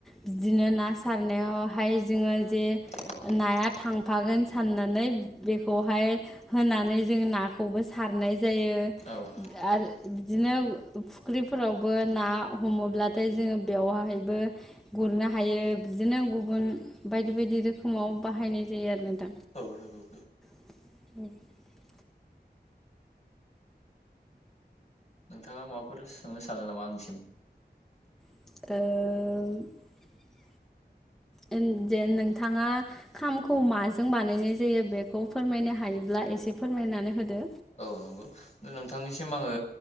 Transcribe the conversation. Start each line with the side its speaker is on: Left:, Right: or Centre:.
Centre: बिदिनो ना सारनायावहाय जोङो जे
Left: औ
Centre: नाया थांफागोन साननानै बेखौहाय होनानै जों नाखौबो सारनाय जायो
Left: औ नंगौ थारैनो
Centre: आरो बिदिनो फुख्रिफोरावबो ना हमोब्लाथाय जोङो बेवहाहायबो गुरनो हायो बिदिनो गुबुन बायदि बायदि रोखोमाव बाहायनाय जायो आरो नोंथां।
Left: औ नंगौ
Centre: <inaudible>
Left: नोंथाङा माबाफोर सोंनो सानो नामा आंनिसिम
Centre: ओ औ जेन नोंथाङा खामखौ माजों बानायनाय जायो बेखौ फोरमायनो हायोब्ला एसे फोरमायनानै होदो।
Left: औ नंगौ दा नोंथांनिसिम आङो